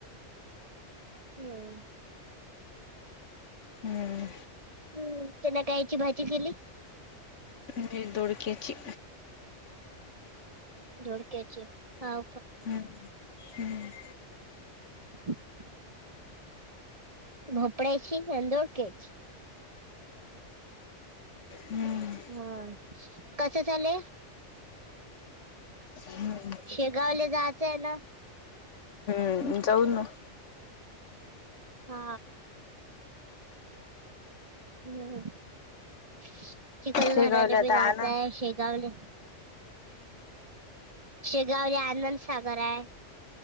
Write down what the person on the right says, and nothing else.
हम्.
हम्म त्याला कायची भाजी केली?
धोडक्याची हा.
<inaudible> भोपळ्याची आणि धोडक्यायची.
हो, कस झालंय?
शेगावले जायचंय आहे ना?
हा, हम्म. चिखलदराले
पण जायचय
शेगावले शेगावले आनंद सागर आहे.